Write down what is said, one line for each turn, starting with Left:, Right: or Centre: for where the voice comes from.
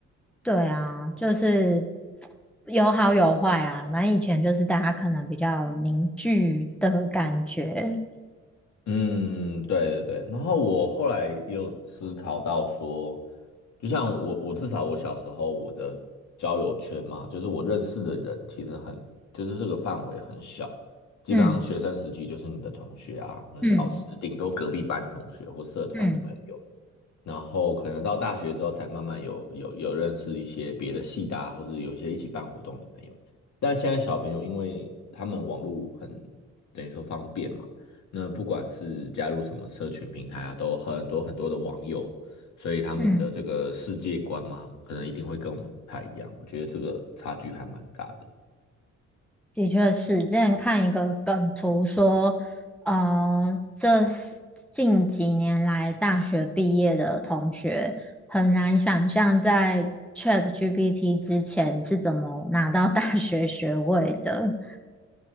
Centre: 对啊，就是 <tsk> 有好有坏啦。反正以前就是大家可能比较凝聚的感觉，
Left: 嗯，对对对。然后我后来也有思考到说，就像我，我至少我小时候我的交友圈嘛，就是我认识的人其实很，就是这个范围很小，基本上学生时期就是你的同学啊，
Centre: 嗯
Left: 可能老师，
Centre: 嗯
Left: 顶多隔壁班同学或社团的朋友。
Centre: 嗯
Left: 然后可能到大学之后才慢慢有有有认识一些别的系的啊或者有一些一起办活动的朋友。但现在小朋友，因为他们网络很等于说方便嘛，那不管是加入什么社群平台啊，都有很多很多的网友，所以他们的这个世界观嘛，
Centre: 嗯。嗯
Left: 可能一定会跟我们不太一样。我觉得这个差距还蛮大的。
Centre: 的确是，之前看一个梗图说，呃，这是近几年来大学毕业的同学很难想象在 ChatGPT 之前是怎么拿到大学学位的。